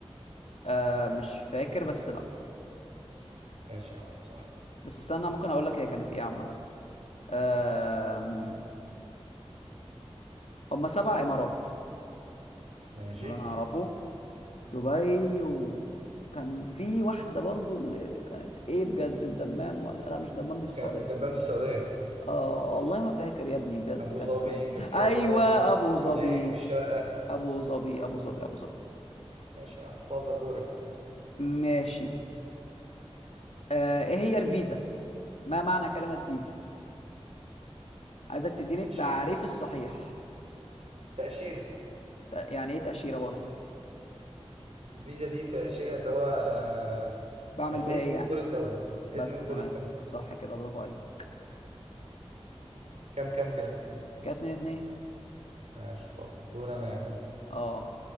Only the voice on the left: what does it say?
آه مش فاكر بس لا
بس استنى ممكن اقول لك هي كانت ايه عامة آه هم سبع امارات
اللي انا اعرفه دبي وكان في واحدة برضو اللي كانت ايه بجد الدمام ولا لا مش الدمام دي في
السعودية
اه والله ما فاكر يا ابني بجد
كان
اسمها ايه
ايوه
ابو ظبي
ابو ظبي ابو ظبي ابو ظبي
ماشي آه ايه هي الفيزا ما معنى كلمة فيزا عايزك تديني
التعريف الصحيح
ت- يعني ايه تأشيرة برضو
بعمل
بيها ايه يعني
بس
تمام
صح كده برافو عليك
كانت اتنين اتنين
اه